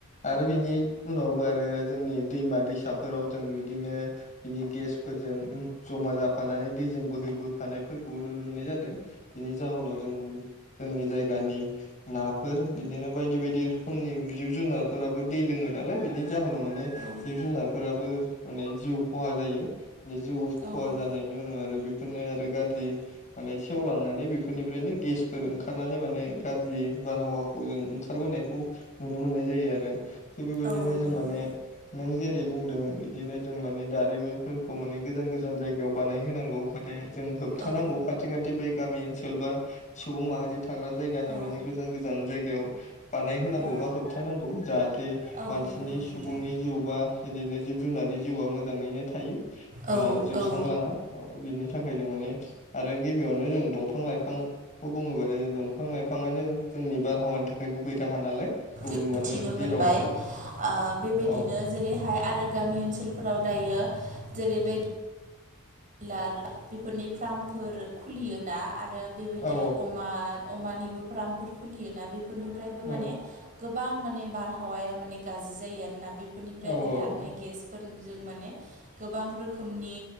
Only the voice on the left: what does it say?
आरो बिनि उनावबो आरो जोंनि दैमा दैसाफोराव जों बिदिनो बिनि गेसफोरजों उम जमा जाफानानै। दैजों बोहैबोफानायफोरखौबो नुनो मोननाय जादों बेनि जाहोनाव जों जोंनि जायगानि नाफोर बिदिनो बायदि-बायदि रोखोमनि जिब जुनारफोराबो दै लोङो नालाय बिनि। जाहोनाव माने
जिब जुनारफोराबो माने जिउ खहा जायो। नि जिउ खहा
जानायनि उनाव आरो बेफोरनो आरो गाज्रि माने सेवलांनानै बेफोरनिफ्रायनो गेसफोर ओंखारनानै माने गाज्रि बारहावाखौ जों ओंखारबोनायखौ नुनो मोननाय जायो आरो। थिग बेबायदिनो
जों
माने नों जेरै बुंदों बिदिनो जों माने दारिमिन। फोरखौ माने गोजान-गोजान जायगायाव बानायहोनांगौ माने जों होबथानांगौ
खाथि-खाथि बे गामि ओन- सोलबा सुबुं माहारि थाग्रा जायगानि
माने गोजान-गोजान जायगायाव बानायहोनांगौ
बा होबथानांगौ जाहाथे
मानसिनि
सुबुंनि जिउ बा बिदिनो। जिब जुनार जिउआ मोजाङैनो थायो बा
जोबस्रांलाङा
औ बिनि थाखाय जों माने आरो गिबियावनो जों दंफां लाइफांखौ बुङोबा दंफां लाइफाङा- नो जोंनि बारहावानि थाखाय गुबै राहा नालाय गुबुन
माने जेराव
औ
औ
औ
औ
औ औ